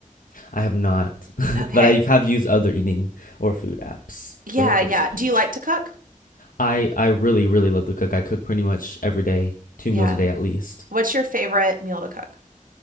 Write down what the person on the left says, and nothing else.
I have not, <laughs>
but I have used other eating or food apps
for like
recipes.
I I really really love to cook. I cook pretty much every day, two
meals a day at least.